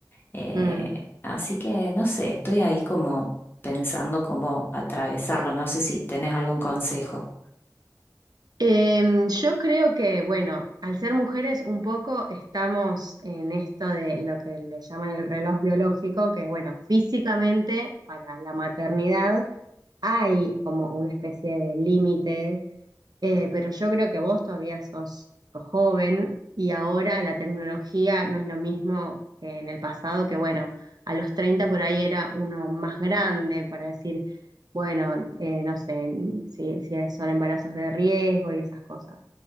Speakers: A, on the left; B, on the right.
A: Eh,
B: mm,
A: así que no sé, estoy ahí como pensando cómo atravesarlo. No sé si tenés algún consejo.
B: Em, yo creo que, bueno, al ser mujeres un poco estamos en esto de lo que le llaman el reloj biológico, que bueno, físicamente para la maternidad hay como una especie de límite eh, pero yo creo que vos todavía sos, sos joven y ahora la tecnología no es lo mismo que en el pasado, que bueno, a los 30 por ahí era uno más grande para decir, bueno, eh, no sé si, si son embarazos de riesgo y esas cosas.